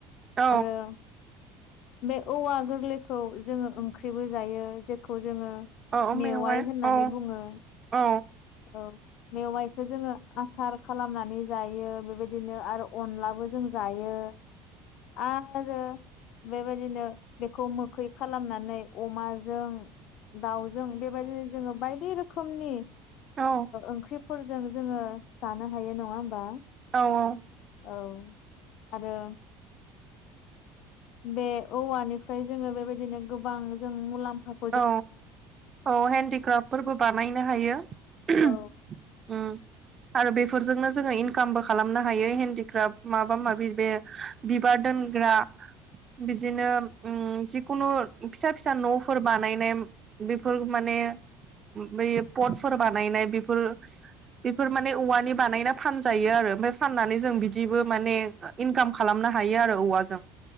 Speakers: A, on the right; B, on the left.
A: औ
B: आरो बे औवा गोरलैखौ जोङो ओंख्रिबो जायो । जेखौ जोङो
A: औ
B: मेवाइ होननानै
A: औ
B: बुङो
A: औ
B: । औ मेवाइखौ जोङो आसार खालामनानै जायो । बेबायदिनो आरो अनलाबो जों जायो आरो बेबायदिनो बेखौ मोखै खालामनानै अमाजों दाउजों बेबायदिनो जोङो बायदि रोखोमनि
A: औ
B: ओंख्रिफोरजों जोङो जानो हायो नङा होमबा
A: औ औ
B: औ आरो बे औवानिफ्राय जोङो बेबायदिनो गोबां जों मुलाम्फा
A: औ औ हेन्डक्राफ्टफोरबो बानायनो हायो उम
B: औ
A: आरो बेफोरजोंनो जोङो इनकामबो खालामनो हायो हेन्दिक्राफ्ट माबा माबि बे बिबार दोनग्रा बिदिनो जिखुनु फिसा फिसा न' फोर बानायनाय बेफोर माने बे पटफोर बानायनाय बेफोर बेफोर माने औवानि बानायना फानजायो आरो ओमफफ्राय फाननानै जों बिदिबो माने इनकाम खालामनो हायो आरो औवाजों